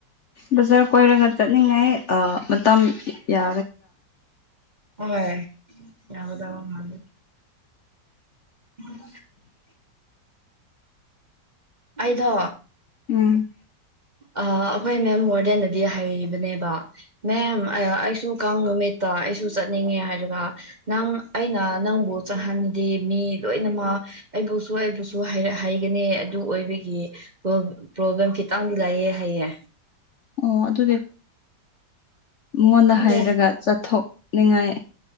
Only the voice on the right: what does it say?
ꯍꯣꯏ ꯌꯥꯒꯗꯕ ꯃꯥꯟꯂꯦ <inaudible> ꯑꯩꯗꯣ
ꯑꯥ ꯑꯩꯈꯣꯏ ꯃꯦꯝ ꯋꯥꯔꯗꯦꯟꯅꯗꯤ ꯍꯥꯏꯕꯅꯦꯕ ꯃꯦꯝ ꯑꯥ ꯑꯩꯁꯨ ꯀꯥꯡ ꯅꯨꯃꯤꯠꯇ ꯑꯩꯁꯨ ꯆꯠꯅꯤꯡꯉꯦ ꯍꯥꯏ ꯉꯥ ꯅꯪ ꯑꯩꯅ ꯅꯪꯕꯨ ꯆꯠꯍꯟꯗꯦ ꯃꯤ ꯂꯣꯏꯅꯃꯛ ꯑꯩꯕꯨꯁꯨ ꯑꯩꯕꯨꯁꯨ ꯍꯥꯏꯔꯛ ꯍꯥꯏꯒꯅꯤ ꯑꯗꯨ ꯑꯣꯏꯕꯒꯤ ꯄ꯭ꯂꯣ ꯄ꯭ꯔꯣꯕ꯭ꯂꯦꯝ ꯈꯤꯇꯪ ꯂꯩꯑꯦ ꯍꯥꯏꯌꯦ
ꯈꯪꯗꯦ